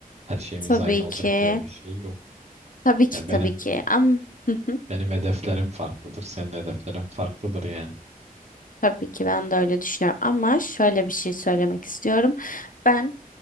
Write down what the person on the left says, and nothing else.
Tabii
ki.
Tabii ki
tabii
ki ama Hı hı,
tabii ki ben de öyle düşünüyorum ama şöyle bir şey söylemek istiyorum. Ben